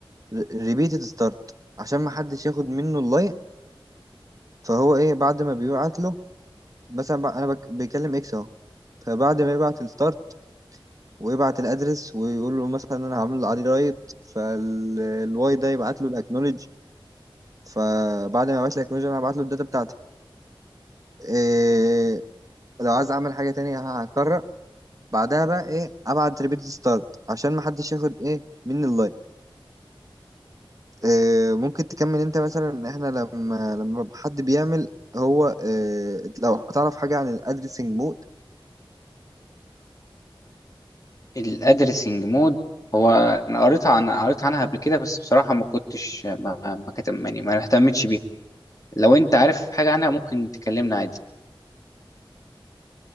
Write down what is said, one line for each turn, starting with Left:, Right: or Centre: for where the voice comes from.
Right: ريبيتد ستارت عشان ما حدش ياخد منه اللاين فهو ايه بعد ما بيبعت له مثلا بقى انا بك- بيكلم اكس اهو فبعد ما يبعت الستارت ويبعت الادرس ويقول له مثلا انا هعمل عليه رايت فالواي ده يبعت له الاكنولج فبعد ما يبعت لي الاكنولج انا هبعت له الداتا بتاعتي إيه لو عايز اعمل حاجه تانية ه- هكرر بعدها بقى ايه ابعت ريبيت ستارت عشان ما حدش ياخد ايه مني اللاين إيه ممكن تكمل انت مثلا احنا لما لما حد بيعمل هو إيه لو تعرف حاجه عن الادرسنج مود
Left: الادرسنج مود هو انا قريتها عن قريت عنها قبل كده بس بصراحه ما كنتش ما ما كتب يعني ما اهتمتش بيها لو انت عارف حاجه عنها ممكن تكلمنا عادي